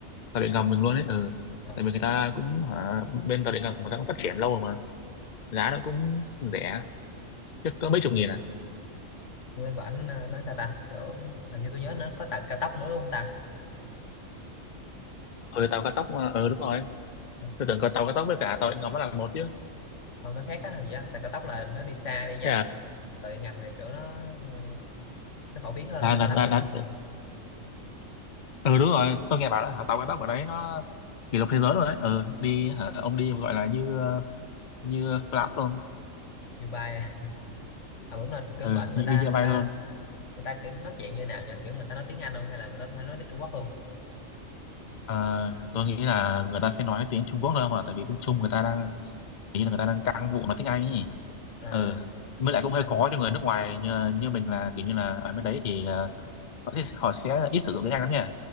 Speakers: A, on the left; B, on the left.
A: tàu điện ngầm mình luôn ấy ừ
B: ờ,
A: tại vì người ta cũng hả bên tàu điện ngầm người ta cũng phát triển lâu rồi mà giá nó cũng rẻ chứ có mấy chục
B: ừ.
A: nghìn à
B: bên bển ờ, nó sao ta kiểu hình như tôi nhớ nó có tàu cao tốc nữa đúng không ta
A: ừ tàu cao tốc mà ừ đúng rồi
B: Ừ,
A: tôi tưởng có tàu cao tốc với cả tàu điện ngầm nó là một chứ
B: không nó khác á hình gì á tàu cao tốc là nó đi xa đi nhanh
A: thế à
B: Còn tàu điện ngầm thì kiểu nó ờ, nó phổ biến hơn
A: là,
B: tàu
A: là,
B: cao tốc
A: là,
B: thì
A: là,
B: ừ,
A: ừ đúng rồi tôi nghe bảo là hả, tàu cao tốc của đấy nó kỷ lục thế giới rồi đấy ừ đi hả, ông đi gọi là như ờ, như flat luôn
B: như bay à đúng rồi kiểu
A: ừ
B: bển người
A: như,
B: ta
A: đi như
B: người
A: bay
B: ta
A: luôn
B: người ta kiểu nói chuyện như nào nha kiểu người ta nói tiếng Anh không hay là người ta phải nói tiếng Trung Quốc luôn
A: Ờ, tôi nghĩ là người ta sẽ nói tiếng Trung Quốc thôi mà tại vì bên Trung
B: Ừ.
A: người ta đang hình như là người ta đang căng vụ nói tiếng Anh ấy
B: à
A: ừ với lại cũng hơi
B: à
A: khó cho người nước ngoài như, như mình là kiểu như là ở bên đấy thì ờ, họ sẽ, họ sẽ ít sử dụng tiếng Anh lắm nhỉ